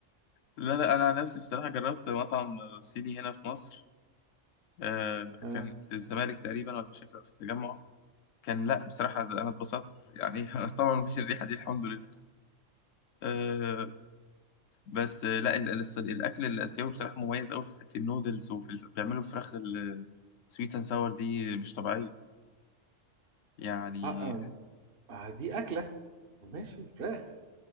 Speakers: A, on the left (about 80°); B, on the right (about 50°).
A: لا لا انا عن نفسي بصراحه جربت مطعم صيني هنا في مصر آه
B: آه.
A: كان في الزمالك تقريبا ولا مش فاكر في التجمع كان لا بصراحه انا اتبسطت يعني <laughs> بس طبعا مفيش الريحه دي الحمد لله آه بس آه، لا ال- الص- الاكل الاسيوي بصراحه مميز قوي في في النودلز وفي ال- بيعملوا فراخ السويت اند ساور دي مش طبيعيه يعني
B: آه. آه. آه. دي اكله ماشي فراخ